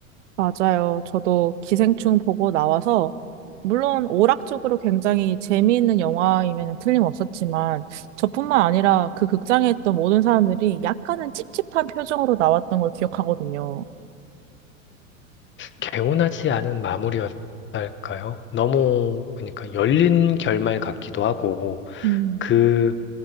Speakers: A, on the right; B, on the left.
A: 맞아요. 저도 기생충 보고 나와서 물론 오락적으로 굉장히 재미있는 영화이면 틀림없었지만 저뿐만 아니라 그 극장에 있던 모든 사람들이 약간은 찝찝한 표정으로 나왔던 걸 기억하거든요.
B: 개운하지 않은 마무리였. 할까요? 너무 그러니까 열린 결말 같기도 하고
A: 음.
B: 그